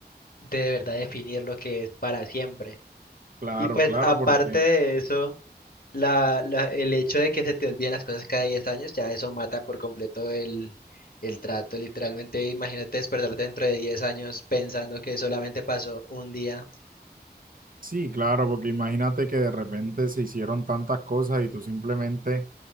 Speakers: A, on the left; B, on the right.
A: de verdad definir lo que es para siempre.
B: claro,
A: Y pues
B: claro,
A: aparte
B: porque
A: de eso, la, la- el hecho de que se te olviden las cosas cada 10 años, ya eso mata por completo el, el trato. Literalmente, imagínate despertarte dentro de 10 años pensando que solamente pasó un día.
B: Sí, claro, porque imagínate que de repente se hicieron tantas cosas y tú simplemente